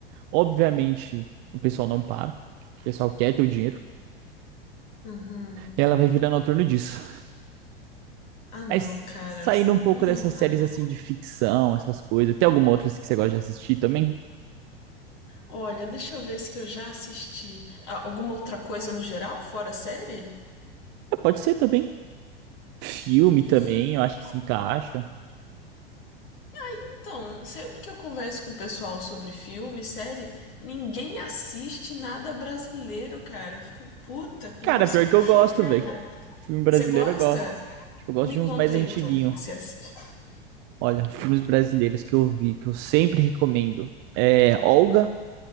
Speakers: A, on the right; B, on the left.
A: Obviamente, o pessoal não para. O pessoal quer ter o dinheiro.
B: Uhum.
A: E ela vai virando em torno disso.
B: Ah, não,
A: Mas
B: cara.
A: saindo um pouco
B: Ruim
A: dessas
B: demais.
A: séries assim de ficção, essas coisas. Tem alguma outra que você gosta de assistir também?
B: Olha, deixa eu ver se que eu já assisti. Ah, alguma outra coisa no geral, fora série?
A: É, pode ser também. Filme
B: Hum,
A: também, eu acho que se encaixa.
B: Então, sempre que eu converso com o pessoal sobre filme, série, ninguém assiste nada brasileiro, cara. Eu fico puta com
A: Cara,
B: isso,
A: pior
B: eu fico
A: que eu
B: chocada.
A: gosto, velho. Filme brasileiro
B: Você gosta?
A: eu gosto. Tipo, eu gosto
B: Me
A: de
B: conta
A: uns mais
B: aí
A: antiguinhos.
B: então, o que que você assiste?
A: Olha, filmes brasileiros que eu vi, que eu sempre recomendo. É Olga,